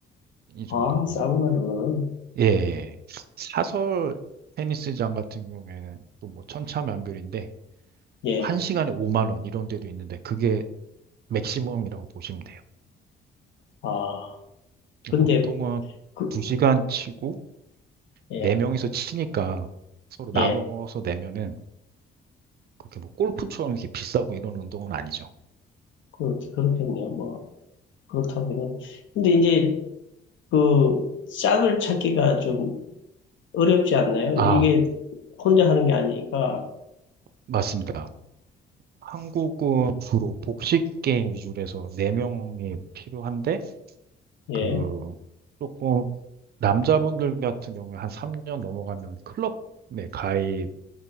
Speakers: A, on the right; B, on the left.
A: 이 정도고.
B: 아, 싸구나, 그거는.
A: 예. 예. 예. 사설 테니스장 같은 경우에는 또 뭐 천차만별인데
B: 예,
A: 1시간에 5만 원 이런 데도 있는데 그게 맥시멈이라고 보시면 돼요.
B: 아, 근데,
A: 보통은
B: 그,
A: 2시간 치고
B: 예,
A: 4명이서 치니까 서로 나눠서
B: 예,
A: 내면은 그렇게 뭐 골프처럼 이렇게 비싸고 이런 운동은 아니죠.
B: 그, 그렇겠네요. 뭐, 그렇다면은. 근데 이제, 그, 짝을 찾기가 좀 어렵지 않나요?
A: 아,
B: 이게 혼자 하는 게 아니니까,
A: 맞습니다. 한국은 주로 복식 게임 위주로 해서 4명이 필요한데
B: 예,
A: 그 조금 남자분들 같은 경우에 한 3년 넘어가면 클럽에 가입이